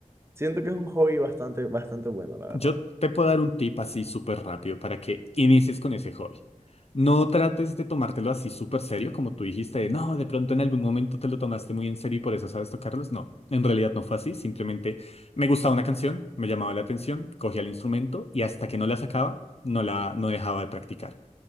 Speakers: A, on the right; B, on the left.
A: Siento que es un hobby bastante, bastante bueno, la verdad.
B: Yo te puedo dar un tip así súper rápido para que inicies con ese hobby. No trates de tomártelo así súper serio, como tú dijiste, de, no, de pronto en algún momento te lo tomaste muy en serio y por eso sabes tocarlos. No, en realidad no fue así. Simplemente me gustaba una canción, me llamaba la atención, cogía el instrumento y hasta que no la sacaba, no la, no dejaba de practicar.